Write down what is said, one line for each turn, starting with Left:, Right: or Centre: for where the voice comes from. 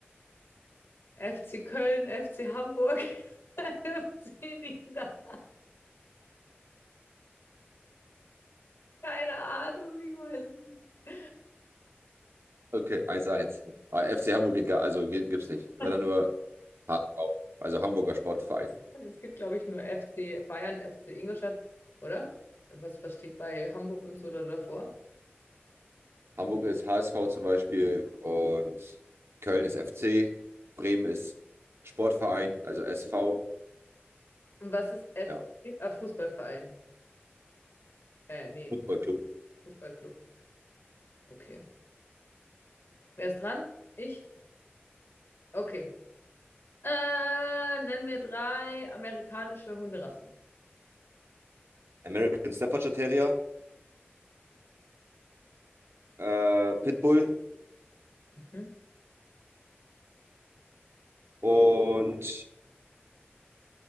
Left: FC Köln, FC Hamburg, <laughs> FC liegen da. Keine Ahnung, ich weiß es nicht.
Right: Okay, Eins eins. Aber FC Hamburg geht gar, also ge- gibt's nicht. Wäre
Left: <laughs>
Right: dann nur HSV, also Hamburger Sportverein.
Left: Es gibt, glaube ich, nur FC Bayern, FC Ingolstadt, oder? Was, was steht bei Hamburg und so da davor?
Right: Hamburg ist HSV zum Beispiel und Köln ist FC, Bremen ist Sportverein, also SV,
Left: Und was ist FC?
Right: ja,
Left: Ah, Fußballverein. Äh, nee,
Right: Footballclub.
Left: Fußballclub. Okay. Wer ist dran? Ich? Okay. Äh, nenn mir drei amerikanische Hunderassen.
Right: American Staffordshire Terrier äh, Pitbull
Left: Mhm.
Right: und